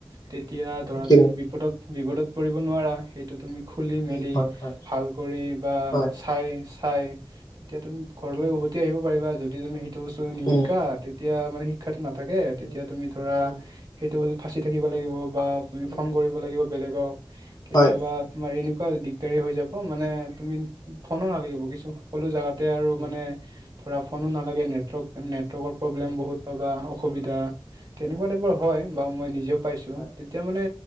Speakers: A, on the right; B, on the left.
A: তেতিয়া ধৰা
B: কি
A: তুমি বিপদত বিপদত পৰিব নোৱাৰা সেইটো তুমি খুলি মেলি
B: উম হয় হয়
A: ভাল কৰি বা
B: হয়
A: চাই চাই তেতিয়া তুম- ঘৰলৈ
B: উম
A: উভতি আহিব পাৰিবা যদি তুমি সেইটো বস্তু নিশিকা
B: উম
A: তেতিয়া মানে শিক- শিক্ষাটো নাথাকে তেতিয়া
B: উম
A: তুমি ধৰা
B: উম
A: সেইটো ফাঁচি থাকিব লাগিব বা তুমি
B: উম
A: ফোন কৰিব লাগিব বেলেগক কেতিয়াবা
B: হয়
A: তোমাৰ এনেকুৱা দিগদাৰী হৈ যাব মানে তুমি ফোনো নালাগিব কিছু সকলো জোগাতে আৰু
B: উম
A: মানে ধৰা ফোনো নালাগে নেটৱৰ্ক নেটৱৰ্কৰ প্ৰব্লেম
B: উম
A: বহুত পাবা অসুবিধা
B: উম উম উম
A: তেনেকুৱা টাইপৰ হয় বা মই নিজেও পাইছো
B: হয়।
A: তেতিয়া মানে